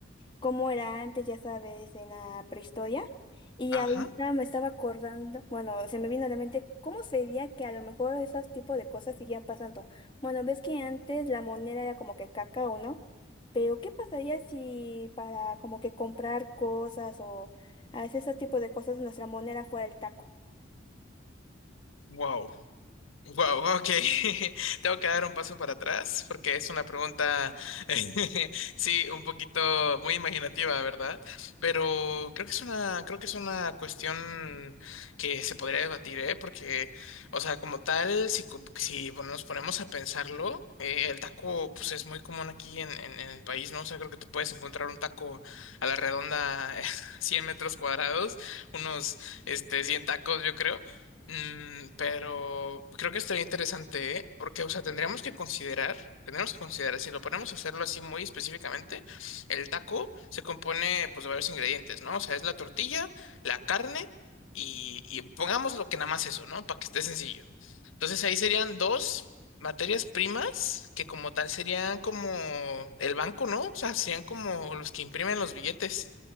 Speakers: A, on the left; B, on the left.
A: cómo era antes, ya sabes, en la prehistoria. Y
B: Ajá.
A: ahorita me estaba acordando, bueno, se me vino a la mente cómo sería que a lo mejor esos tipos de cosas siguieran pasando. Bueno, ves que antes la moneda era como que cacao, ¿no? Pero ¿qué pasaría si para como que comprar cosas o a veces esos tipos de cosas nuestra moneda fuera el taco?
B: Wow. Wow, ok. <laughs> Tengo que dar un paso para atrás porque es una pregunta, <laughs> sí, un poquito muy imaginativa, ¿verdad? Pero creo que es una, creo que es una cuestión que se podría debatir, ¿eh? Porque, o sea, como tal, si, co- si nos ponemos a pensarlo, eh, el taco, pues es muy común aquí en, en, en el país, ¿no? O sea, creo que te puedes encontrar un taco a la redonda, <laughs> 100 metros cuadrados, unos, este, 100 tacos, yo creo. Mm, pero creo que estaría interesante, ¿eh? Porque, o sea, tendríamos que considerar, tendríamos que considerar, si lo ponemos a hacerlo así muy específicamente, el taco se compone, pues, de varios ingredientes, ¿no? O sea, es la tortilla, la carne y, y pongamos lo que nada más eso, ¿no? Para que esté sencillo. Entonces ahí serían dos materias primas que como tal serían como el banco, ¿no? O sea, serían como los que imprimen los billetes.